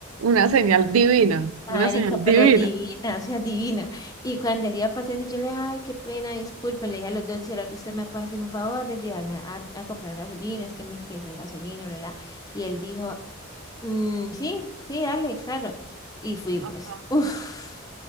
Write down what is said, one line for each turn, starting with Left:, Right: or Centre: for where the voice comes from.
Right: Una señal divina, una
Left: Marica,
Right: señal
Left: pero
Right: divina.
Left: divina, o sea, divina. Y cuando él iba pasando, y yo le dije, ay, qué pena, disculpe, le dije a los dos, ¿será que usted me puede hacer un favor de llevarme a, a comprar gasolina? Es que me quedé sin gasolina, bla, bla. Y él dijo, "Mm, sí, sí, dale, claro. Y fuimos.
Right: Ajá.
Left: <laughs> Uf,